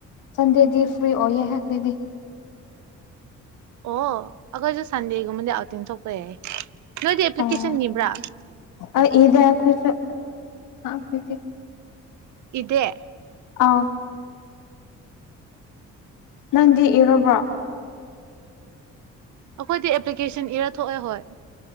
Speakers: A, on the left; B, on the right.
A: ꯁꯟꯗꯦꯗꯤ ꯐ꯭ꯔꯤ ꯑꯣꯏꯌꯦꯦ ꯍꯥꯏꯈꯣꯏꯒꯤ
B: ꯑꯣ ꯑꯩꯈꯣꯏꯁꯨ ꯁꯟꯗꯦꯒꯨꯝꯕꯗꯤ ꯑꯥꯎꯇꯤꯟ ꯊꯣꯛꯄ ꯌꯥꯏ ꯅꯣꯏꯗꯤ ꯑꯦꯄ꯭ꯂꯤꯀꯦꯁꯟ
A: ꯑꯣ
B: ꯅꯤꯕ꯭ꯔꯥ
A: <unintelligible>
B: ꯏꯗꯦ
A: ꯑꯥ ꯅꯪꯗꯤ ꯏꯔꯕꯣ
B: ꯑꯩꯈꯣꯏꯗꯤ ꯑꯦꯄ꯭ꯂꯤꯀꯦꯁꯟ ꯏꯔ ꯊꯣꯛꯑꯦꯍꯣꯏ